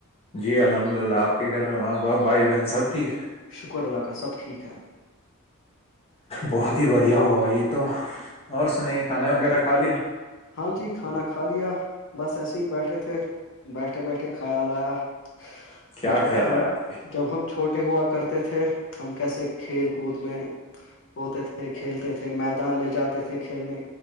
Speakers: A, on the left; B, on the left.
A: جی الحمد للہ آپ کے گھر میں وہاں باپ بھائی بہن سب ٹھیک
B: شکر اللہاکہ سب ٹھیک ہے
A: بہت ہی بڑھیا ہوا یہ تو اور سنائیے کھانا وغیرہ کھا لیا
B: ہاں جی کھانا کھا لیا بس ایسے ہی بیٹھے تھے بیٹھے بیٹھے خیال آیا کہ
A: کیا
B: جب
A: خیال
B: ہم
A: ہے آپ کے
B: جب ہم چھوٹے ہوا کرتے تھے ہم کیسے کھیل کود میں ہوتے تھے کھیلتے تھے میدان میں جاتے تھے کھیلنے